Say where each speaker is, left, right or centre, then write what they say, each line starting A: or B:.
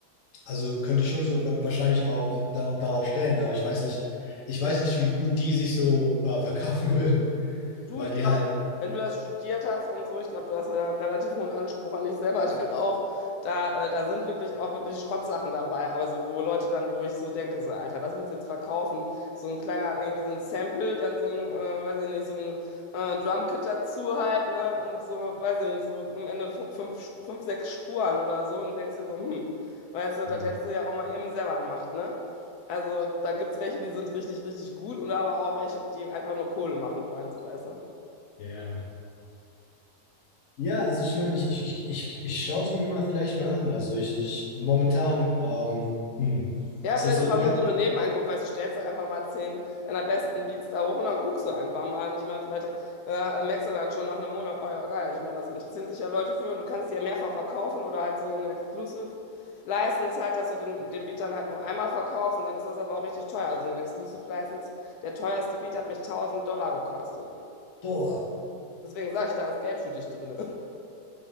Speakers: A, on the left; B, on the left.
A: also könnte ich schon so wa- wahrscheinlich auch äh, da, darauf stellen, aber ich weiß nicht, ich weiß nicht, wie gut die sich so äh, verkaufen <laughs> würden,
B: Du,
A: weil
B: ich
A: die
B: glaube,
A: halt,
B: wenn du das studiert hast und so, ich glaube, du hast ja einen relativ hohen Anspruch an dich selber <laughs> dann auch. Da, äh, da sind wirklich auch wirklich Schrottsachen dabei. Aber so, wo Leute dann, wo ich so denke, so, Alter, das willst du jetzt verkaufen. So ein kleiner, irgendwie so ein Sample, dann so ein, äh, weiß ich nicht, so ein äh, Drumkit dazu halt, ne? Und so, weiß ich nicht, so am Ende fün- fünf, fünf, sechs Spuren oder so. Und du denkst dir so, hm, weißt du,
A: hm,
B: das hättest du ja auch mal eben selber gemacht, ne? Also da gibt es welche, die sind richtig, richtig gut und aber auch welche, die einfach nur Kohle machen wollen, so weißt du.
A: ja. Ja, also ich meine, ich, ich, ich, ich, ich schaue es mir mal vielleicht mal an. Also ich, ich momentan, ähm, hm,
B: Ja,
A: ist
B: vielleicht
A: das so
B: ist auch
A: ganz,
B: nur so eine Nebeneinkunft, weißt du, stellst du einfach mal zehn deiner besten Beats da hoch und dann guckst du einfach mal. Und ich meine, vielleicht äh, merkst du dann schon nach einem Monat, oh ja, geil, ich meine, das interessieren sich ja Leute für und du kannst die ja mehrfach verkaufen oder halt so eine Exclusive License halt, dass du den, den Beat dann halt nur einmal verkaufst und dann ist das aber auch richtig teuer. Also so eine Exclusive License, der teuerste Beat hat mich tausend Dollar gekostet.
A: boah,
B: Deswegen sage ich, da ist Geld für dich drin.